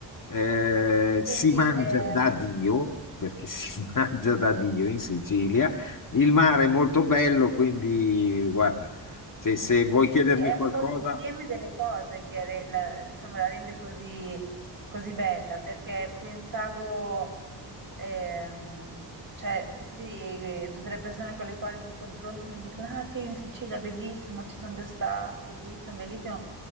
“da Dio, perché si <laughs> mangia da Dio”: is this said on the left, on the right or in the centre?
Left